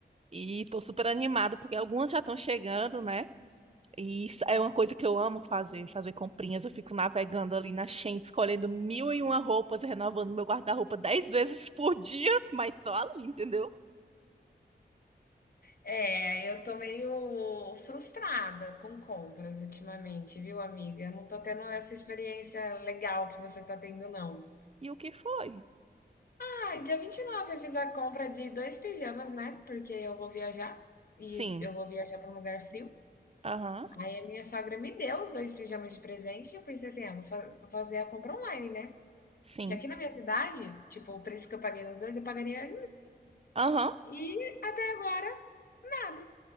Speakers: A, on the right; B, on the left.
A: e tô super animada porque algumas já estão chegando, né? E isso é uma coisa que eu amo fazer, fazer comprinhas. Eu fico navegando ali na Shein, escolhendo mil e uma roupas, renovando meu guarda-roupa dez <laughs> vezes por dia, mas só ali, entendeu?
B: É, eu tô meio frustrada com compras ultimamente, viu, amiga? Eu não tô tendo essa experiência legal que você tá tendo, não.
A: E o que foi?
B: Ah, e dia 29 eu fiz a compra de dois pijamas, né? Porque eu vou viajar e
A: Sim,
B: eu vou viajar pra um lugar frio.
A: aham,
B: E minha sogra me deu os dois pijamas de presente e eu pensei assim, ah, vou fa- vou fazer a compra online, né?
A: sim,
B: Porque aqui na minha cidade, tipo, o preço que eu paguei nos dois, eu pagaria
A: aham,
B: E até agora, nada.